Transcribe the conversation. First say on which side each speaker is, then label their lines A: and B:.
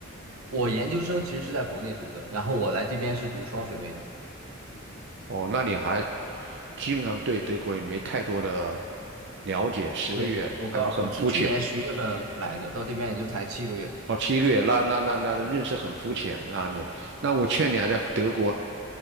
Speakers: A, on the right (about 85°); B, on the right (about 60°).
A: 我研究生其实是在国内读的，然后我来这边是读双学位的。
B: 哦，那你还基本上对德国也没太多的了解，十个月还是很肤浅。
A: 对，我刚，我是去年十月份来的，到这边也就才七个月。
B: 哦，七个月，那那那那认识很肤浅。
A: 嗯，
B: 那你，那我劝你还在德国，